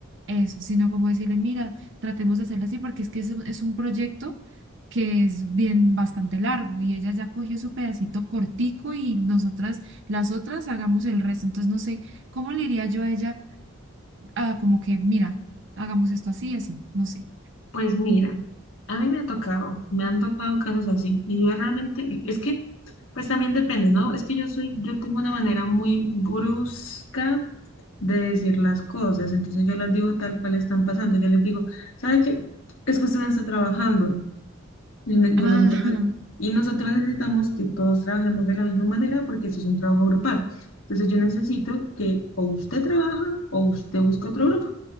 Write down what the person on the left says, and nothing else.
pues mira, a mí me ha tocado, me han tocado casos así, y yo realmente, es que, pues también depende, ¿no? Es que yo soy, yo tengo una manera muy brusca de decir las cosas. Entonces yo las digo tal cual están pasando. Yo les digo, ¿sabe qué? Es que usted no está trabajando y, ne- y
nosotros, y nosotros necesitamos que todos trabajemos de la misma manera porque eso es un trabajo grupal. Entonces yo necesito que o usted trabaja o usted busca otro grupo